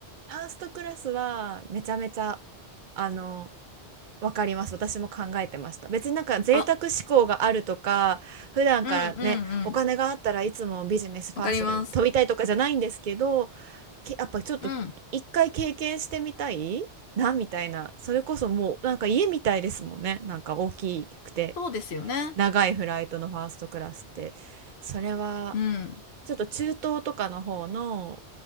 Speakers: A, on the right (about 55°); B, on the left (about 70°).
A: ファーストクラスはめちゃめちゃ、あの、わかります。私も考えてました。別になんか贅沢志向があるとか、
B: あ、
A: 普段からね、
B: うんうんうん。
A: お金があったらいつもビジネスファーストで飛びたいとかじゃないんですけど、
B: わかります。
A: けやっぱちょっと一回経験してみたいな、
B: うん。
A: みたいな。それこそもうなんか家みたいですもんね。なんか大きくて
B: そうですよね。
A: 長いフライトのファーストクラスって。それは
B: うん。
A: ちょっと中東とかの方の